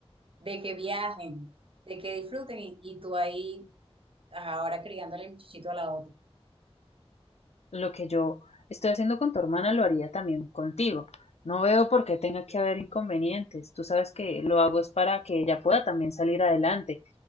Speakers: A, on the right (about 55°); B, on the left (about 80°).
A: de que viajen, de que disfruten y y tú ahí ahora criándole el muchachito a la otra.
B: lo que yo estoy haciendo con tu hermana lo haría también contigo. No veo por qué tenga que haber inconvenientes. Tú sabes que lo hago es para que ella pueda también salir adelante